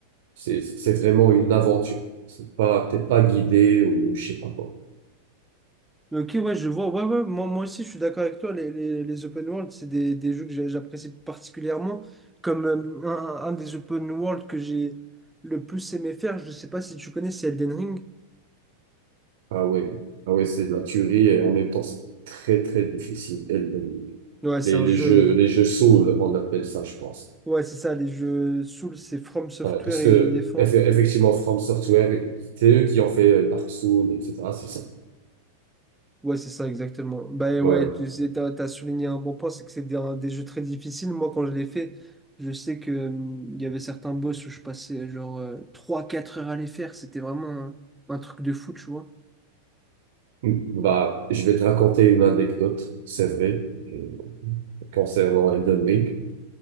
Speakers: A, on the right; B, in the centre.
A: c'est, c'est vraiment une aventure. C'est pas, t'es pas guidé ou je sais pas quoi.
B: Mais Ok, ouais, je vois. Ouais, ouais, moi, moi aussi, je suis d'accord avec toi. Les, les, les open world, c'est des, des jeux que j'a- j'apprécie particulièrement. Comme euh, un, un des open world que j'ai le plus aimé faire, je sais pas si tu connais, c'est Elden Ring.
A: Ah ouais, ah ouais, c'est de la tuerie et en même temps, c'est très, très difficile. Et le-
B: Ouais, c'est
A: les,
B: un
A: les
B: jeu.
A: jeux, les jeux Souls, on appelle ça, je pense.
B: Ouais, c'est ça, les jeux Souls, c'est From Software
A: Ouais, parce
B: et
A: que,
B: ils les font.
A: eff- effectivement, From Software, c'est eux qui ont fait euh, Dark Souls, etc. C'est ça.
B: Ouais, c'est ça, exactement. Bah
A: Ouais.
B: ouais, tu sais, t'as, t'as souligné un bon point, c'est que c'est des, un- des jeux très difficiles. Moi, quand je l'ai fait, je sais que hum, il y avait certains boss où je passais genre euh, trois quatre heures à les faire. C'était vraiment un un truc de fou, tu vois.
A: Mm. Bah, je vais te raconter une anecdote, c'est vrai, euh, concernant Elden Ring.